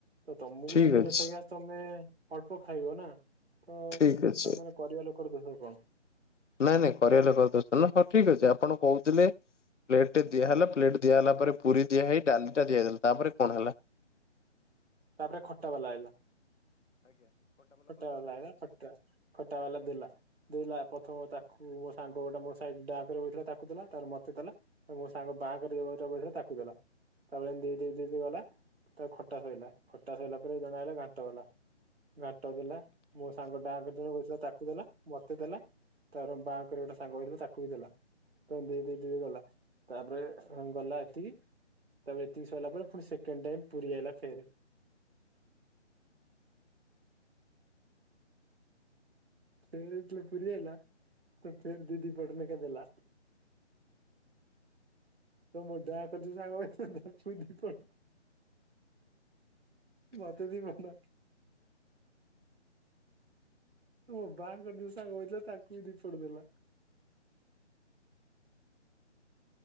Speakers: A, on the right; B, on the left.
A: ତମକୁ
B: ଠିକ
A: ଯଦି ପେଟ
B: ଅଛି
A: ଗ୍ୟାସ୍ ତମେ ଅଳ୍ପ ଖାଇବ ନାଁ ତ
B: ଠିକ ଅଛି।
A: ତାମାନେ କରିବା ଲୋକର ଦୋଷ କଣ।
B: ନାଇଁ ନାଇଁ କରିବା ଲୋକର ଦୋଷ ନୁହଁ ହଉ ଠିକ୍ ଅଛି ଆପଣ କହୁଥିଲେ। ପ୍ଲେଟେ ଦିଆ ହେଲା ପ୍ଲେଟ ଦିଆ ହେଲା ପରେ ପୁରୀ ଦିଆ ହେଇ ଡାଲି ଟା ଦିଆ ଦେଲା ତାପରେ କଣ ହେଲା? <inaudible>
A: ତାପରେ ଖଟା ବାଲା ଆଇଲା ଖଟା ବାଲା ଆଇଲା ଖଟା। ଖଟ୍ଟା ବାଲା ଦେଲା। ଦେଲା ପ୍ରଥମ ତାକୁ ମୋ ସାଙ୍ଗ ଗୋଟେ ମୋ ସାଇଡ୍ ଦାକ୍ ରେ ବୈଥିଲା ତାକୁ ଦେଲା ତାର ମତେ ଦେଲା। ମୋ ସାଙ୍ଗ ବାଁକରେ ଯିଏ ବଇଥିଲା ତାକୁ ଦେଲା। ତାପରେ ଏମିତି ଦେଇ ଦେଇ ଗଲା ତା ଖଟା ଶଇଲା। ଖଟା ସଇଲା ପରେ ଜଣେ ଆଇଲା ଘାଣ୍ଟ ଦେଲା, ଘାଣ୍ଟ ଦେଲା ମୋ ସାଙ୍ଗ ଦାଁ କତିରେ ବୈଥିଲା ତାକୁ ଦେଲା ମତେ ଦେଲା। ତାର ବାଁ କରେ ଗୋଟେ ସାଙ୍ଗ ବୈଥିଲା ତାକୁ ବି ଦେଲା। ତ ଦେଇ -ଦେଇ -ଦେଇ ଗଲା ତାପରେ ଗଲା ଏତିକି ତାପରେ ଏତିକି ସଇଲା ପରେ ପୁଣି ସେକେଣ୍ଡ୍ ଟାଇମ୍ ପୁରୀ ଆଇଲା ଫେରେ। ଫେରେ ଯେତେବେଳେ ପୁରୀ ଆଇଲା ତ ଫେରେ ଦିଦି ପଟନେଖା ଦେଲା। ତ ମୋ ଡାଁ କରେ ଯୋଉଁ ସାଙ୍ଗ ବଇଥିଲା ତାକୁ ଦୁଇ ପଟ। ମତେ ଦି ପଟ। ମୋ ବାଁକରେ ଯୋଉଁ ସାଙ୍ଗ ବୈଥିଲା ତାକୁ ବି ଦି ପଟ ଦେଲା।